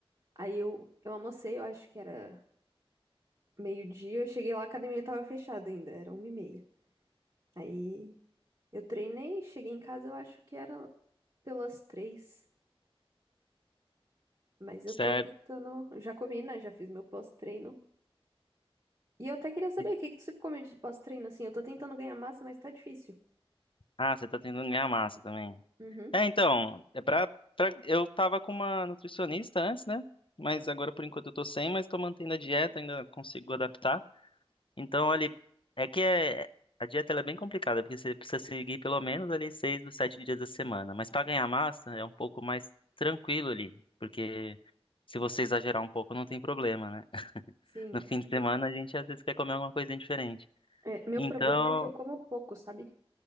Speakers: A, on the right; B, on the left.
A: aí eu, eu almocei, eu acho que era meio-dia, eu cheguei lá, a academia tava fechada ainda, era uma e meia. Aí eu treinei, cheguei em casa, eu acho que era pelas três, mas eu
B: Certo.
A: tô tentando, já comi, né, já fiz meu pós-treino. E eu até queria saber,
B: E-
A: o que que você come de pós-treino, assim, eu tô tentando ganhar massa, mas tá difícil.
B: Ah, você tá tentando ganhar massa também.
A: Uhum.
B: É, então, é pra, pra, eu tava com uma nutricionista antes, né? Mas agora por enquanto eu tô sem, mas tô mantendo a dieta, ainda consigo adaptar. Então, ali, é que é, a dieta ela é bem complicada, porque você precisa seguir pelo menos ali seis dos sete dias da semana. Mas pra ganhar massa é um pouco mais tranquilo ali, porque se você exagerar um pouco não tem problema, né? <laughs>
A: Sim.
B: No fim de semana a gente às vezes quer comer alguma coisinha diferente.
A: É, meu
B: Então,
A: problema é que eu como pouco, sabe?